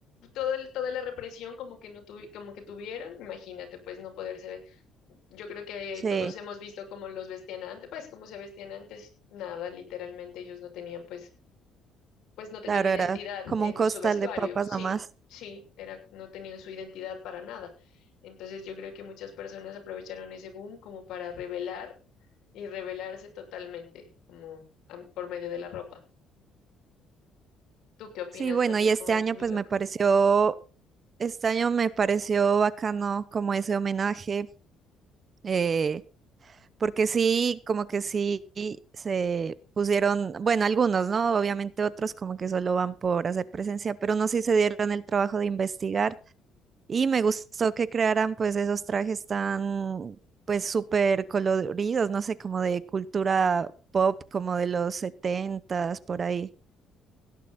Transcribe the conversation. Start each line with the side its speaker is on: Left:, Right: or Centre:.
Left: todo el- toda la represión como que no tuvi- como que tuvieron, imagínate, pues no poderse, yo creo que
Right: Sí,
Left: todos hemos visto cómo los vestían antes, pues cómo se vestían antes, nada, literalmente ellos no tenían pues, pues no tenían
Right: claro,
Left: identidad
Right: era como
Left: en
Right: un costal
Left: su vestuario,
Right: de papas
Left: sí,
Right: nomás.
Left: sí, era, no tenían su identidad para nada. Entonces yo creo que muchas personas aprovecharon ese boom como para revelar y revelarse totalmente, como am- por medio de la ropa. ¿Tú qué opinas
Right: Sí, bueno,
Left: también?
Right: y este
Left: Como
Right: año
Left: muy
Right: pues
Left: loco.
Right: me pareció, este año me pareció bacano como ese homenaje. eh, Porque sí, como que sí se pusieron, bueno, algunos, ¿no? Obviamente otros como que solo van por hacer presencia, pero no sí se dieron el trabajo de investigar. Y me gustó que crearan pues esos trajes tan pues súper coloridos, no sé, como de cultura pop, como de los setentas, por ahí.